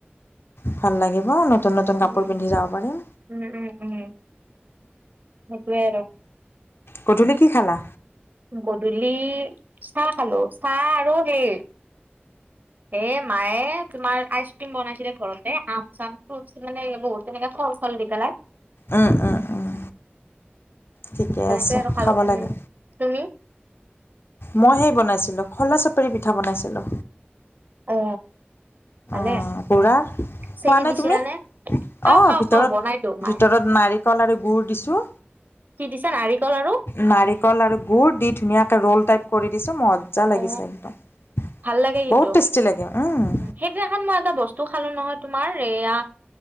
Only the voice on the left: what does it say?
ভাল লাগিব নতুন নতুন
কাপোৰ পিন্ধি যাব পাৰিম।
গধূলি কি খালা?
উম, উম, উম, ঠিকে
আছে
খাব লাগে
মই হে বনাইছিলো খলা, চাপাৰী পিঠা বনাইছিলো।
অ', গুড়াৰ
খোৱা
তুমি
অঁ
ভিতৰত
ভিতৰত
নাৰিকল আৰু গুড় দিছোঁ।
নাৰিকল, আৰু গুড়, দি ধুনীয়াকৈ ৰোল টাইপ কৰি দিছোঁ মই- মজা লাগিছে
একদম বহুত
টেষ্টি লাগে উম